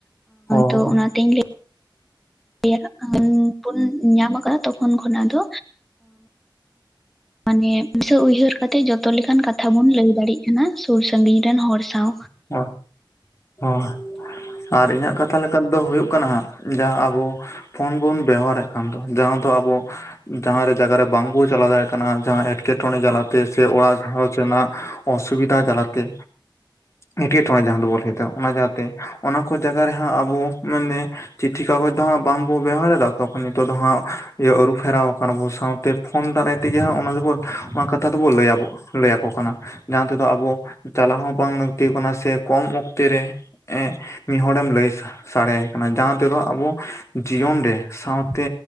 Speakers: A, on the left; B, in the centre.
A: ᱦᱳᱭ
B: ᱛᱚ ᱚᱱᱟᱛᱤᱧ ᱞᱟᱹᱭ ᱤᱭᱟᱹ ᱯᱷᱩᱱ ᱧᱟᱢ ᱟᱠᱟᱫᱟ᱾ ᱛᱚ ᱠᱷᱚᱱ ᱠᱷᱚᱱᱟᱜ ᱫᱚ ᱢᱟᱱᱮ ᱫᱤᱥᱟᱹ ᱩᱭᱦᱟᱹᱨ ᱠᱟᱛᱮᱜ ᱡᱚᱛᱚ ᱞᱮᱠᱟᱱ ᱠᱟᱛᱷᱟ ᱵᱚᱱ ᱞᱟᱹᱭ ᱫᱟᱲᱮᱭᱟᱜ ᱠᱟᱱᱟ᱾ ᱥᱩᱨ ᱥᱟᱟᱹᱜᱤᱧ ᱨᱮᱱ ᱦᱚᱲ ᱥᱟᱶ᱾
A: <unintelligible> ᱟᱨ ᱤᱧᱟᱹᱜ ᱠᱟᱛᱷᱟ ᱞᱮᱠᱟ ᱛᱮ ᱫᱚ ᱦᱩᱭᱩᱜ ᱠᱟᱱᱟ᱾ ᱡᱮ ᱟᱵᱚ ᱯᱷᱳᱱ ᱵᱚᱱ ᱵᱮᱣᱦᱟᱨᱮᱫ ᱠᱟᱱ ᱫᱚ ᱡᱟᱦᱟᱸ ᱫᱚ ᱟᱵᱚ ᱡᱟᱸᱦᱟᱨᱮ ᱡᱟᱭᱜᱟ ᱨᱮ ᱵᱟᱝᱵᱚᱱ ᱪᱟᱞᱟᱣ ᱫᱟᱲᱮᱭᱟᱜ ᱠᱟᱱᱟ᱾ ᱡᱟᱦᱟᱸ ᱮᱸᱴᱠᱮᱴᱚᱬᱮ ᱡᱟᱞᱟᱛᱮ ᱥᱮ ᱚᱲᱟᱜ ᱜᱷᱟᱸᱨᱚᱡᱽ ᱨᱮᱱᱟᱜ ᱚᱥᱩᱵᱤᱫᱟ ᱡᱟᱞᱟᱛᱮ <unintelligible> ᱴᱚᱬᱮ ᱡᱟᱦᱟᱸ ᱫᱚᱵᱚᱱ ᱞᱟᱹᱭ ᱮᱫᱟ᱾ ᱚᱱᱟ ᱡᱟᱛᱮ ᱚᱱᱟ ᱠᱚ ᱡᱟᱭᱜᱟ ᱨᱮᱦᱚᱸ ᱟᱵᱚ ᱢᱟᱱᱮ ᱪᱤᱴᱷᱤ ᱠᱟᱜᱚᱡᱽ ᱫᱚ ᱦᱟᱸᱜ ᱵᱟᱝᱵᱚ ᱵᱮᱣᱦᱟᱨᱮᱫᱟ ᱾ᱛᱚᱠᱷᱚᱱ ᱱᱤᱛᱚᱜ ᱫᱚ ᱦᱟᱸᱜ ᱤᱭᱟᱹ ᱟᱹᱨᱩ ᱯᱷᱮᱨᱟᱣ ᱟᱠᱟᱱᱟ ᱵᱚᱱ᱾ ᱥᱟᱶᱛᱮ ᱯᱷᱳᱱ ᱫᱟᱨᱟᱭ ᱛᱮᱜᱮ ᱦᱟᱜ ᱚᱱᱟ ᱫᱚᱵᱚ ᱚᱱᱟ ᱠᱟᱛᱷᱟ ᱫᱚᱵᱚ ᱞᱟᱹᱭ ᱟᱵᱚ ᱞᱟᱹᱭ ᱟᱠᱚ ᱠᱟᱱᱟ᱾ ᱡᱟᱦᱟᱸ ᱛᱮᱫᱚ ᱟᱵᱚ ᱪᱟᱞᱟᱣ ᱦᱚᱸ ᱵᱟᱝ ᱞᱟᱹᱠᱛᱤ ᱠᱟᱱᱟ ᱥᱮ ᱠᱚᱢ ᱚᱠᱛᱮ ᱨᱮ ᱢᱤᱫ ᱦᱚᱲᱮᱢ ᱞᱟᱹᱭ ᱥᱮ ᱥᱟᱰᱮ ᱠᱟᱱᱟ ᱡᱟᱦᱟᱸ ᱛᱮᱫᱚ ᱟᱵᱚ ᱡᱤᱭᱚᱱ ᱨᱮ ᱥᱟᱶᱛᱮ